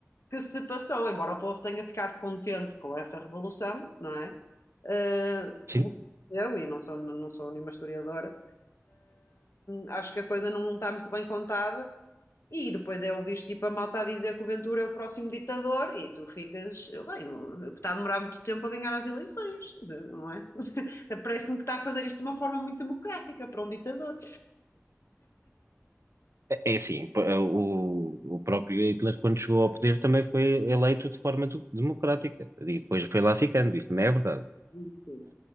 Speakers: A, on the left; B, on the right.
A: que se passou, embora o povo tenha ficado contente com essa revolução, não é? Ah,
B: sim.
A: pelo que aconteceu, e não sou, não sou nenhuma historiadora, ah, acho que a coisa não está muito bem contada e depois é ouvir tipo a malta a dizer que o Ventura é o próximo ditador e tu ficas, bem, está a demorar muito tempo a ganhar as eleições, não é? <laughs> Parece-me que está a fazer isto de uma forma muito democrática para um ditador.
B: É assim, p- o, o próprio Hitler, quando chegou ao poder, também foi eleito de forma do- democrática e depois foi lá ficando, isso não é verdade.
A: Sim.